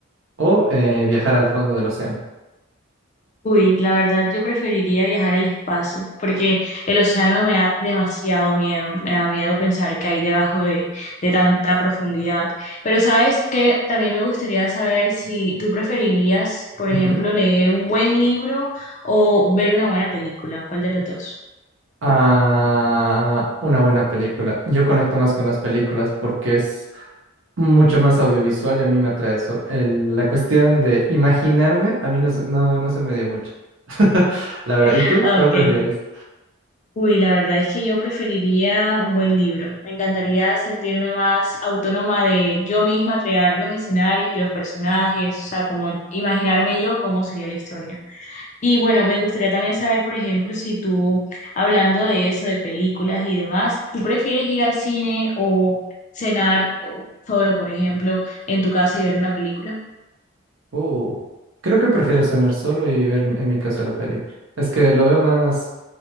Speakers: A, on the right; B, on the left.
A: o eh, viajar al fondo del océano?
B: Uy, la verdad yo preferiría viajar al espacio porque el océano me da demasiado miedo, me da miedo pensar que hay debajo de, de tanta profundidad. Pero sabes que también me gustaría saber si tú preferirías, por
A: Ujú.
B: ejemplo, leer un buen libro o ver una buena película, ¿cuál de los dos?
A: Ah, una buena película. Yo conecto más con las películas porque es mucho más audiovisual y a mí me atrae eso. El- la cuestión de imaginarme, a mí no, se- no, no se me dio mucho. <laughs> La verdad.
B: <laughs>
A: ¿Y tú?
B: Ah,
A: ¿Cuál
B: Ok.
A: prefieres?
B: Uy, la verdad es que yo preferiría un buen libro. Me encantaría sentirme más autónoma de yo misma crear los escenarios y los personajes, o sea, como imaginarme yo cómo sería la historia. Y bueno, me gustaría también saber, por ejemplo, si tú, hablando de eso, de películas y demás, ¿tú prefieres ir al cine o cenar o- solo, por ejemplo, en tu casa y ver una película?
A: Uh, creo que prefiero cenar solo y ver en mi caso la película. Es que lo veo más,